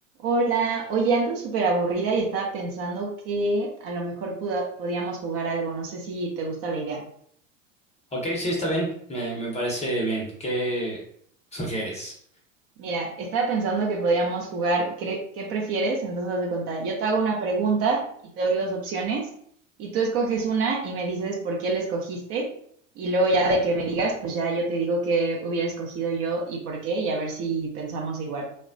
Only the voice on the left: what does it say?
Ok, sí, está bien. Me, me parece bien. ¿Qué sugieres?